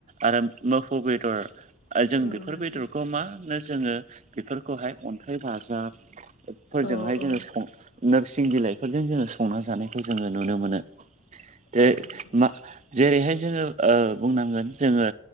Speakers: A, on the right (about 35°); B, on the left (about 45°).
A: आरो मोफौ बेदर ओ जों
B: औ
A: बेफोर
B: नोंथां
A: बेदरखौ मानो जोङो बेफोरखौहाय अन्थाइ बाजाब फोरजोंहाय
B: औ औ
A: जोंङो सं नोरसिं बिलाइफोरजों जोङो संना जानायखौ जोङो नुनो मोनो। दे
B: औ नोंथां
A: म जेरैहाय जोंङो बुंनांगोन जोंङो